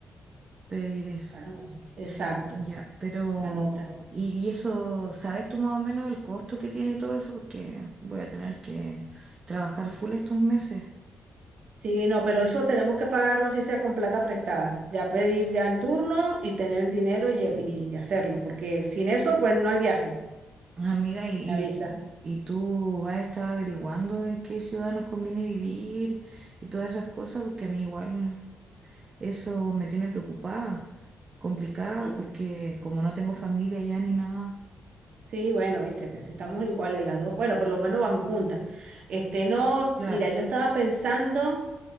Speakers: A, on the right; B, on the right.
A: pedir eso.
B: ah, Exacto,
A: Ya, pero,
B: anota.
A: y, y eso, ¿sabes tú más o menos el costo que tiene todo eso? Porque voy a tener que trabajar full estos meses.
B: Sí, no, pero eso tenemos que pagarlo así sea con plata prestada. Ya pedir ya el turno y tener el dinero y, y hacerlo, porque sin eso, pues no hay viaje,
A: Amiga, ¿y,
B: sin
A: y,
B: la visa.
A: y tú has estado averiguando en qué ciudad nos conviene vivir y todas esas cosas? Porque a mí igual eso me tiene preocupada, complicada,
B: Mm.
A: porque como no tengo familia allá ni nada.
B: Sí, bueno, viste que si estamos iguales las dos, bueno, por lo menos vamos juntas. Este, no,
A: Claro,
B: mira, yo estaba pensando.